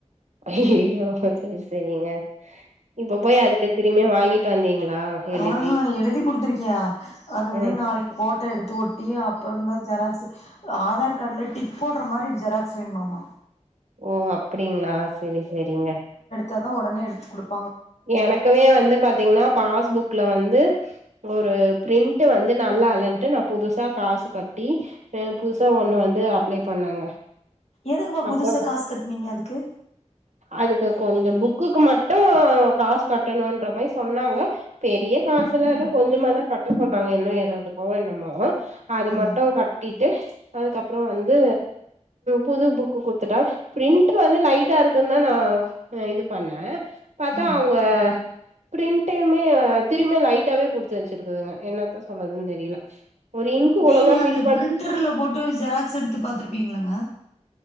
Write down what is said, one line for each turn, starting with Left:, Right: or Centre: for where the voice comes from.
Right: அய்யய்யோ சேரி சேரிங்க. இப்ப போய் அதுக்கு திரும்பியு வாங்கிட்டு வந்தீங்களா எழுதி
Left: ஆஹ்ஹா எழுதி குடுத்துருக்கியா அதூமே
Right: ம்
Left: நாளைக்கு போட் டா எடுத்து ஒட்டி அப்புறந்தா ஜெராக்ஸ் ஆதார் காட்ல டிக் போட்ற மாரி ஜெராக்ஸ் வேண்மாமா.
Right: ஓ அப்டீங்ளா செரி சேரிங்க
Left: தாதா ஒடனே எடுத்து குடுப்
Right: எனக்குவே வந்து பாத்தீங்ன்னா பாஸ்புக்ல வந்து ஒரு பிரிண்ட் வந்து நல்லா இல்லன்ட்டு நான் புதுசா காசு கட் டி புதுசா ஒண்ணு வந்து அப் அப்ளே பண்ணங்க
Left: எதுக்குப்பா
Right: அப்ப
Left: புதுசா காசு கட்னீங்க அதுக்கு
Right: அதுக்கு கொஞ்சோ புக்குக்கு மட்டூ காஸ் கட்டணுன்ற மாரி சொன்னாங்க பெரிய காசுலா எல்லா கொஞ்சமா தா கட்ட சொன்னாங்க இன்னு ஏறதுக்கோ என்னமோ. அது மட்டு
Left: ம்
Right: கட்டிட்டு அதுக்கப்புறோ வந்து புது புக்கு குடுத்துட்டா. பிரிண்ட் வந்து லைட்டா இருக்குன்தா நா இது பண்ணே <unintelligible>
Left: ம்
Right: அவுங்க ப்ரீண்டிமே திரும்ப லைட்டாவே குடுத்து வச்சிருக்குதுங்க என்னத்த சொல்லறதுன்னு தெரில ஒரு இங்க்கு
Left: நீங்க
Right: ஒழுங்கா ஃபில்
Left: அந்த
Right: பண்
Left: பிரிண்டர்ல போட்டு ஜெராக்ஸ் எடுத்து பாத்துருப்பீங்கல்லங்க